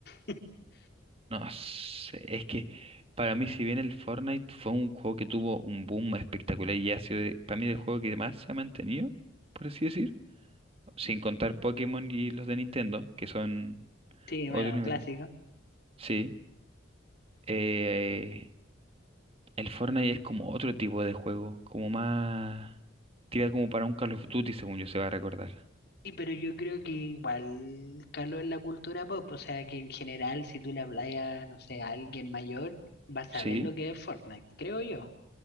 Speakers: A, on the left; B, on the right.
A: <laughs>
B: No sé, es que para mí, si bien el Fortnite fue un juego que tuvo un boom espectacular y ha sido de- para mí el juego que más se ha mantenido, por así decir, sin contar Pokémon y los de Nintendo, que son
A: Sí,
B: otro
A: bueno,
B: nivel.
A: clásico.
B: Sí. Eh, el Fortnite es como otro tipo de juego, como más... Tira como para un Call of Duty, según yo se va a recordar.
A: Sí, pero yo creo que igual caló en la cultura pop, o sea que en general si tú le hablas a, no sé, a alguien mayor, va a saber
B: Sí.
A: lo que es Fortnite, creo yo.